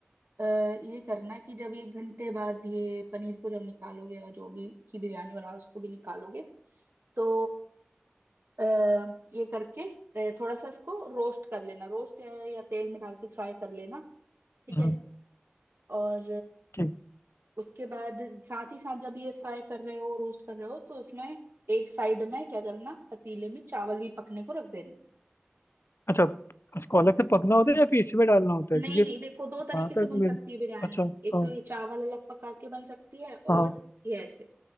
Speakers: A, on the right; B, on the left.
A: अ, ये करना कि जब एक घंटे बाद ये पनीर को जब निकालोगे या जो भी की बिरयानी बनाओ उसको भी निकालोगे तो आ, ये करके अ, थोड़ा सा इसको रोस्ट कर लेना रोस्ट या, या तेल में डाल के फ्राई कर लेना ठीक
B: हम्म,
A: है और
B: ठीक
A: उसके बाद साथ ही साथ जब ये फ्राई कर रहे हो रोस्ट कर रहे हो तो उसमें एक साइड में क्या करना पतीले में चावल भी पकने को रख देना
B: अच्छा इसको अलग से पकना
A: हम्म,
B: होता है या फिर इसमें डालना होता है
A: नहीं
B: क्योंकि
A: नहीं देखो दो
B: वहां
A: तरीके से
B: तक
A: बन
B: मिल
A: सकती है बिरयानी
B: अच्छा हाँ
A: एक तो ये चावल अलग पका के बन सकती है और
B: हाँ
A: ये ऐसे